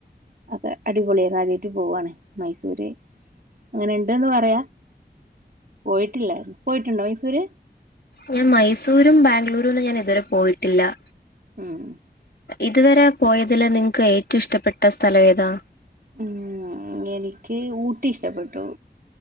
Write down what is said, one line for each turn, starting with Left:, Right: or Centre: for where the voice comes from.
Right: അതെ അടിപൊളിയാണ് അനിയത്തി പോവാണ് മൈസൂര് അങ്ങനെ ഇണ്ട് ന്ന് പറയാ പോയിട്ടില്ല പോയിട്ട്ണ്ടോ മൈസൂര്
Left: ഞാൻ മൈസൂരും ബാംഗ്ലൂരൊന്നും ഞാൻ ഇതുവരെ പോയിട്ടില്ല
Right: ഉം
Left: ഇതുവരെ പോയതില് നിങ്ങക്ക് ഏറ്റവും ഇഷ്ടപ്പെട്ട സ്ഥലം ഏതാ
Right: ഉം എനിക്ക് ഊട്ടി ഇഷ്ടപ്പെട്ടു